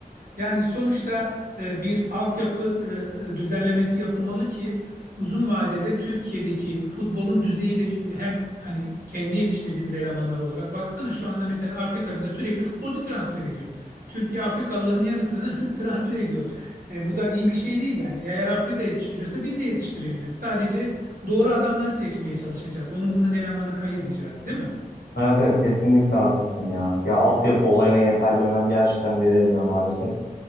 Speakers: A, on the right (about 70°); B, on the left (about 85°).
A: yani sonuçta e, bir altyapı e, e, düzenlemesi yapılmalı ki uzun vadede Türkiye'deki futbolun düzeyi de hem hani kendi yetiştirdiğimiz elemanlar olarak baksana şu anda mesela Afrika bize sürekli futbolcu transfer ediyor. Türkiye Afrikalıların yarısını <laughs> transfer ediyor. E, bu da iyi bir şey değil yani. Eğer Afrika yetiştiriyorsa biz de yetiştirebiliriz. Sadece doğru adamları seçmeye çalışacağız. Onun bunun elemanı kayırmayacağız, değil mi?
B: Evet evet kesinlikle haklısın ya. Ya altyapı olayına yeterli önem gerçekten verilmiyor maalesef.